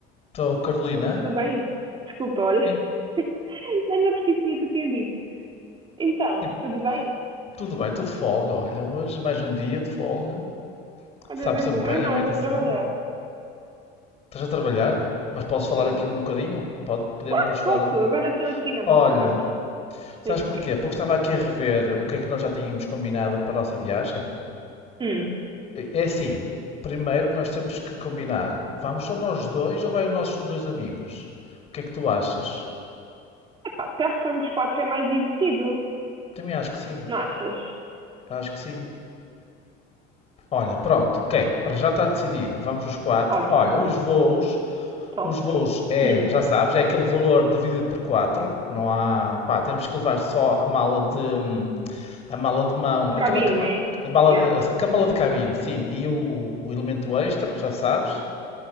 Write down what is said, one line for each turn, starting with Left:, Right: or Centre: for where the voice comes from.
Left: Estou, Carolina.
Right: Tudo bem? Desculpa, olha,
Left: Em-
Right: <laughs> nem me apercebi que tinha-te atendido. Então,
Left: em-
Right: tudo bem?
Left: Tudo bem, estou de folga. Olha, hoje mais um dia de folga.
Right: Olha,
Left: Sabe
Right: é bem
Left: sempre
Right: bom. Eu
Left: bem,
Right: não,
Left: a meio
Right: eu estou
Left: da semana.
Right: a trabalhar.
Left: Estás a trabalhar? Mas posso falar
Right: Estou.
Left: aqui um bocadinho? Pode, podemos
Right: Posso,
Left: falar.
Right: posso.
Left: um
Right: Agora estou aqui na
Left: Olha,
Right: boa, portanto,
Left: sabes
Right: sem estresse.
Left: porquê? Porque estava aqui a rever o que é que nós já tínhamos combinado para a nossa viagem.
Right: Hum.
Left: É assim, primeiro que nós temos que combinar, vamos só nós dois ou vai os nossos dois amigos? O que é que tu achas?
Right: Epá, se calhar se formos quatro é mais divertido.
Left: Também acho que sim,
Right: Não achas?
Left: acho que sim. Olha, pronto, ok, para já está decidido, vamos os quatro.
Right: Ótimo.
Left: Olha, os voos
Right: Top.
Left: Os voos é,
Right: Hum.
Left: já sabes, é aquele valor dividido por quatro Não há, pá, temos que levar só a mala de a mala de mão,
Right: De
Left: aquela
Right: cabine,
Left: caba-
Right: né?
Left: a mala
Right: Yeah.
Left: de, a mala de cabine, sim, e o, o elemento extra, já sabes.